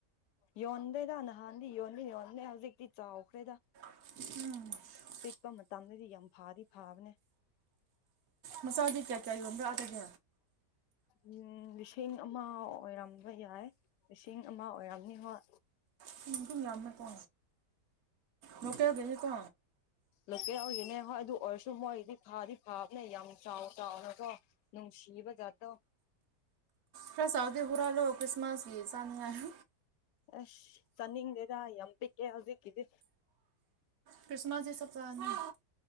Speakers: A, on the left; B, on the right.
A: ꯌꯣꯟꯗꯦꯗ ꯅꯍꯥꯟꯗꯤ ꯌꯣꯟꯗ ꯌꯣꯟꯗꯦ ꯍꯧꯖꯤꯛꯇꯤ ꯆꯥꯎꯈ꯭ꯔꯦꯗ
B: <inaudible>
A: ꯄꯤꯛꯄ ꯃꯇꯝꯗꯗꯤ ꯌꯥꯝ ꯐꯥꯔꯤ ꯐꯥꯕꯅꯦ꯫
B: ꯃꯆꯥꯗꯤ ꯀꯌꯥ ꯀꯌꯥ ꯌꯣꯟꯕꯔꯥ ꯑꯗꯥꯗꯤ꯫
A: ꯎꯝ ꯂꯤꯁꯤꯡ ꯑꯃ ꯑꯣꯏꯔꯝꯕ ꯌꯥꯏ ꯂꯤꯁꯤꯡ ꯑꯃ ꯑꯣꯏꯔꯝꯅꯤ ꯍꯣꯏ꯫
B: ꯊꯨꯝꯁꯨ ꯌꯥꯝꯝꯃꯦꯀꯣ ꯂꯣꯀꯦꯜꯒꯤꯅꯤꯀꯣ꯫
A: ꯂꯣꯀꯦꯜ ꯑꯣꯏꯒꯤꯅꯦ ꯍꯣꯏ ꯑꯗꯨ ꯑꯣꯏꯔꯁꯨ ꯃꯣꯏꯗꯤ ꯐꯥꯗꯤ ꯐꯕꯅꯦ ꯌꯥꯝ ꯆꯥꯎ ꯆꯥꯎꯅꯀꯣ꯫ ꯅꯨꯡꯁꯤꯕꯖ ꯇ
B: ꯈ ꯁꯥꯎꯗꯗꯤ ꯍꯨꯔꯥꯜꯂꯣ ꯀ꯭ꯔꯤꯁꯃꯥꯁꯒꯤ ꯆꯥꯅꯨꯡꯉꯥꯏ꯫
A: ꯑꯁ ꯆꯟꯅꯤꯡꯗꯦꯗ ꯌꯝ ꯄꯤꯛꯑꯦ ꯍꯧꯖꯤꯛꯗꯤ
B: ꯀ꯭ꯔꯤꯅꯖꯤ ꯁꯞꯇꯍꯤꯅꯤ